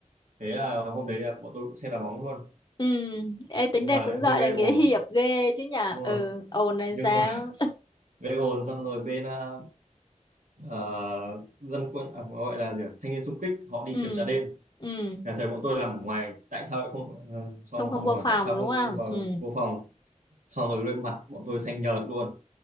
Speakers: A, on the right; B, on the left.
A: thế là hôm đấy là bọn tôi cũng xem đá bóng luôn
B: ừ ê tính
A: nhưng
B: ra
A: mà
B: cũng
A: lại
B: gọi
A: hơi gây
B: là nghĩa
A: ồn
B: hiệp ghê chứ nhở
A: đúng rồi
B: ừ ồn lên
A: nhưng
B: sao
A: mà <laughs> gây ồn xong rồi bên ờ, ờ, dân quân à, gọi là gì ạ? thanh niên xung kích họ đi
B: <laughs> ừ
A: kiểm tra đêm
B: ừ
A: nhà thầy bọn tôi làm ở ngoài tại sao lại không ờ, xong
B: không không
A: họ hỏi
B: vô phòng
A: tại sao
B: đúng
A: không
B: không
A: vào
B: ừ
A: vô phòng xong rồi lên mặt bọn tôi xanh nhợt luôn